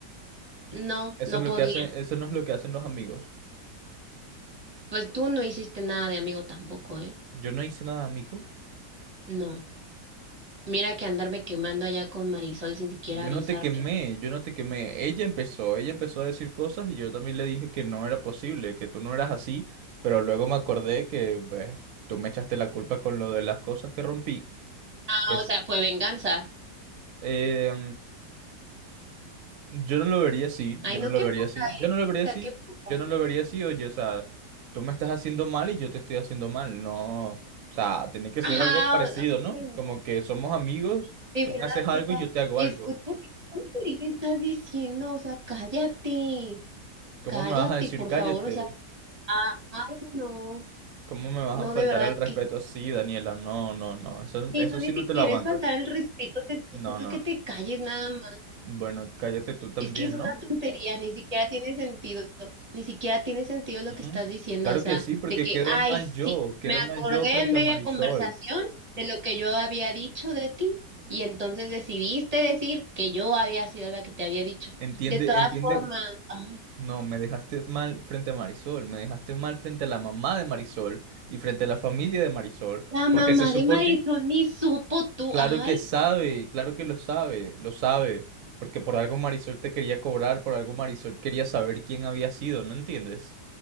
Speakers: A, on the right; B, on the right.
A: No,
B: Eso
A: no
B: es lo
A: podía.
B: que hacen, eso no es lo que hacen los amigos.
A: Pues tú no hiciste nada de amigo tampoco, ¿eh?
B: Yo no hice nada, amigo.
A: No. Mira que andarme quemando allá con Marisol sin siquiera
B: Yo
A: avisarme.
B: no te quemé, yo no te quemé. Ella empezó, ella empezó a decir cosas y yo también le dije que no era posible, que tú no eras así, pero luego me acordé que pues, tú me echaste la culpa con lo de las cosas que rompí.
A: Ah,
B: Es.
A: o sea, fue venganza.
B: Eh, Yo no lo vería así,
A: Ay,
B: yo
A: no,
B: no lo
A: qué
B: vería
A: poca,
B: así, yo
A: ¿eh?
B: no lo vería
A: Puta,
B: así,
A: qué poca.
B: yo no lo vería así, oye, o sea, tú me estás haciendo mal y yo te estoy haciendo mal, no, o sea, tiene que
A: Ajá,
B: ser algo parecido,
A: o-
B: ¿no?
A: ay, no.
B: Como que somos amigos,
A: De
B: tú
A: verdad,
B: me haces algo
A: o sea,
B: y yo te hago
A: escucha
B: algo.
A: qué tontería estás diciendo, o sea, cállate,
B: ¿Cómo
A: cállate,
B: me vas a decir
A: por
B: cállate?
A: favor, o sea, ah, ay, no.
B: ¿Cómo me vas
A: No,
B: a faltar
A: de verdad,
B: al respeto así, Daniela? No, no, no, eso,
A: Y
B: eso
A: Eso
B: sí
A: ni
B: no
A: siquiera
B: te lo aguanto.
A: es faltar el respeto, te estoy
B: No,
A: diciendo
B: no,
A: que te calles nada más.
B: bueno, cállate tú también,
A: Es que es una
B: ¿no?
A: tontería, ni siquiera tiene sentido, ni siquiera tiene sentido lo
B: Ujú.
A: que estás diciendo,
B: Claro
A: o sea,
B: que sí, porque
A: de que,
B: quedo
A: ay,
B: mal
A: sí,
B: yo, quedo
A: me
B: mal
A: acordé
B: yo frente
A: en media
B: a Marisol.
A: conversación de lo que yo había dicho de ti y entonces decidiste decir que yo había sido la que te había dicho.
B: Entiende,
A: De todas
B: entiende.
A: formas, ay,
B: No, me dejaste mal frente a Marisol, me dejaste mal frente a la mamá de Marisol y frente a la familia de Marisol,
A: la
B: porque
A: mamá
B: se supone,
A: de Marisol ni supo tú,
B: Claro
A: ay,
B: que sabe,
A: no,
B: claro que lo sabe, lo sabe, porque por algo Marisol te quería cobrar, por algo Marisol quería saber quién había sido, ¿no entiendes?